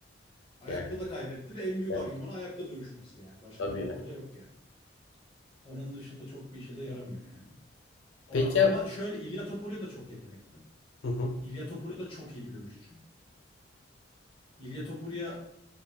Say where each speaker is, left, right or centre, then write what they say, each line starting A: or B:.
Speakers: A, on the left; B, on the left.
A: Ayakta
B: Yani,
A: da kaybetti ve en büyük
B: evet,
A: argümanı ayakta dövüşmesi yani. Başka
B: tabii
A: bir boku
B: yani.
A: da yok yani. Onun dışında çok bir işe de yaramıyor yani. O-
B: Peki
A: ama
B: ya.
A: şöyle İlya Topuria da çok yetenekli.
B: Hı hı.
A: İlya Topuria da çok iyi bir dövüşçü. İlya Topuria